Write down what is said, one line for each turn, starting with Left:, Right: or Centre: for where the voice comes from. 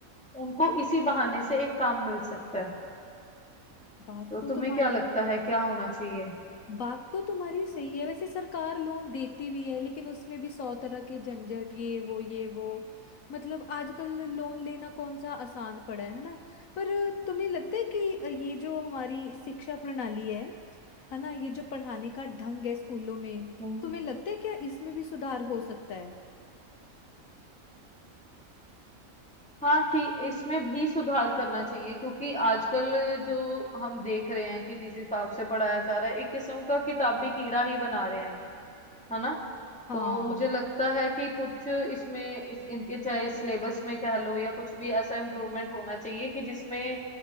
Centre: उनको इसी बहाने से एक काम मिल सकता है
Left: बात
Centre: तो
Left: तो
Centre: तुम्हें
Left: तुम्हारी
Centre: क्या लगता है क्या होना चाहिए
Left: बात तो तुम्हारी सही है वैसे सरकार लोन देती भी है लेकिन उसमें भी सौ तरह के झंझट ये वो ये वो मतलब आजकल लोन लेना कौन सा आसान पड़ा है है ना पर तुम्हें लगता है कि ये जो हमारी शिक्षा प्रणाली है है ना ये जो पढ़ाने का ढंग है स्कूलों में
Centre: हम्म।
Left: तुम्हें लगता है क्या इसमें भी सुधार हो सकता है
Centre: हाँ ठीक इसमें भी सुधार करना चाहिए क्योंकि आजकल जो हम देख रहे हैं कि जिस हिसाब से पढ़ाया जा रहा है एक किस्म का किताबी कीड़ा ही बना रहे हैं है ना
Left: हाँ
Centre: तो मुझे लगता है कि कुछ इसमें इस इनके चाहे सिलेबस में कह लो या कुछ भी ऐसा इम्प्रूवमेंट होना चाहिए कि जिसमें